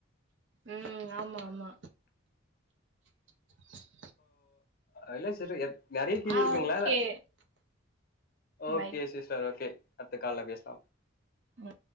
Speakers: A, on the right; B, on the left.
A: ம் ஆமா ஆமா <inaudible>
B: அதல சேரி எப் நெறைய கிளி
A: ஆஹ்
B: இருக்குங்ளா
A: okay
B: இல்ல okay
A: bye
B: sister okay அடுத்த கால்ல பேசலாம்
A: ம்